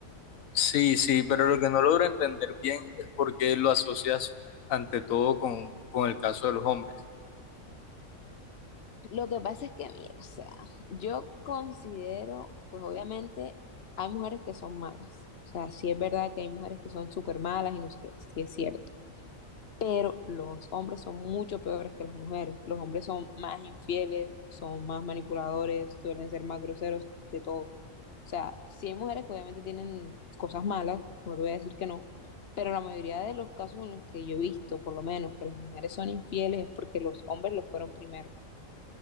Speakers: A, on the left; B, on the left.
A: sí, sí, pero lo que no logro entender bien es por qué lo asocias ante todo con, con el caso de los hombres.
B: Lo que pasa es que, mira, o sea, yo considero, pues obviamente hay mujeres que son malas, o sea, sí es verdad que hay mujeres que son súper malas y no sé qué, sí es cierto. pero los hombres son mucho peores que las mujeres. Los hombres son más infieles, son más manipuladores, suelen ser más groseros, de todo. O sea, sí hay mujeres que obviamente tienen cosas malas, no te voy a decir que no, pero la mayoría de los casos en los que yo he visto, por lo menos, que las mujeres son infieles es porque los hombres lo fueron primero.